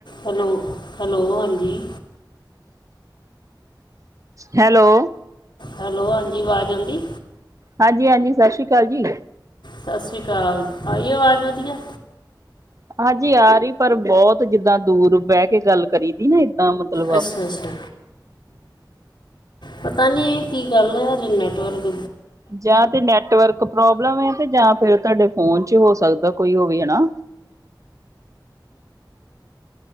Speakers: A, on the left; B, on the right.
A: Hello, hello ਹਾਂਜੀ।
B: Hello.
A: Hello ਹਾਂਜੀ ਵਾਜ ਆਂਦੀ।
B: ਹਾਂਜੀ-ਹਾਂਜੀ ਸਸ ਸ਼੍ਰੀ ਅਕਾਲ ਜੀ।
A: ਸਸ ਸ਼੍ਰੀ ਅਕਾਲ, ਆਈ ਆਵਾਜ ਵਧੀਆ।
B: ਹਾਂਜੀ ਆ ਰੀ ਪਰ ਬਹੁਤ ਜਿੱਦਾ ਦੂਰ ਬਹਿ ਕੇ ਗੱਲ ਕਰੀ ਨਾ ਏਦਾਂ ਮਤਲੱਬ
A: ਅੱਛਾ ਅੱਛਾ ਪਤਾ ਨੀ ਇਹ ਕੀ ਗੱਲ ਐ ਯਾਰ ਨੈੱਟਵਰਕ
B: ਜਾਂ ਤੇ ਨੈੱਟਵਰਕ ਪ੍ਰੋਬਲਮ ਏ ਤੇ ਜਾਂ ਫਿਰ ਤੁਹਾਡੇ ਫੋਨ ਚ ਹੋ ਸਕਦਾ ਕੋਈ ਉਹ ਵੀ ਹੈਨਾ